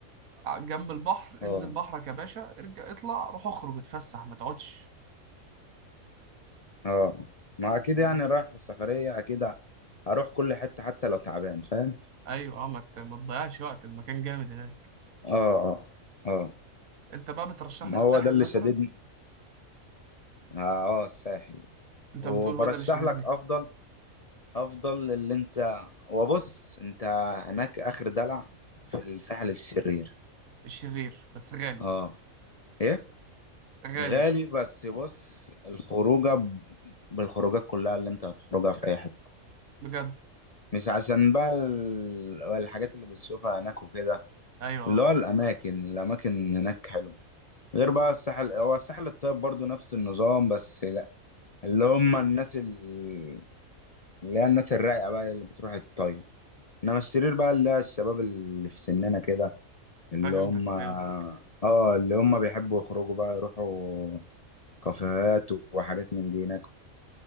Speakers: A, on the right; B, on the left.
A: جنب البحر
B: اه
A: انزل بحرك يا باشا ارجع اطلع روح اخرج اتفسح ما تقعدش
B: اه ما اكيد
A: فاهمني
B: يعني رايح السفرية اكيد ه- هروح كل حتة حتى لو تعبان فاهم
A: ايوه اه ما ت- ما تضيعش وقت المكان جامد هناك
B: اه اه اه
A: انت بقى بترشح
B: ما
A: لي الساحل
B: هو ده اللي
A: مثلا
B: شددني اه آه، الساحل
A: انت
B: وبرشح
A: بتقول هو ده اللي شددني
B: لك افضل افضل اللي انت وبص انت هناك اخر دلع في الساحل الشرير
A: الشرير بس غالي
B: اه ايه
A: غالي
B: غالي بس بص الخروجة ب- بالخروجات كلها اللي انت هتخرجها في اي حتة
A: بجد
B: مش عشان بقى ال- الحاجات اللي بتشوفها هناك وكده
A: ايوه
B: اللي
A: اه
B: هو الاماكن الاماكن هناك حلوة غير بقى الساحل هو الساحل الطيب برضو نفس النظام بس لا اللي هم الناس ال- اللي هي الناس الرايقة بقى اللي بتروح الطيب انما الشرير بقى اللي هي الشباب اللي في سننا كده اللي
A: فهمتك
B: هم
A: فهمتك
B: اه اللي هم بيحبوا يخرجوا بقى يروحوا كافيهات وحاجات من دي هناك